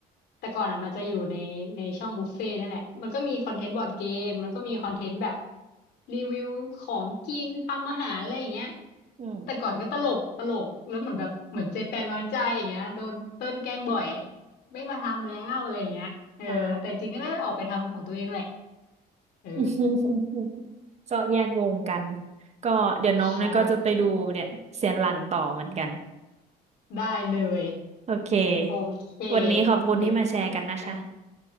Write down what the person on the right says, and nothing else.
อืม
อ่า
<laughs> ก็แยกวงกัน ก็เดี๋ยวน้องเนี่ยก็จะไปดูเนี่ยเสียนหลังต่อเหมือนกัน
โอเค
วันนี้ขอบคุณที่มาแชร์กันนะคะ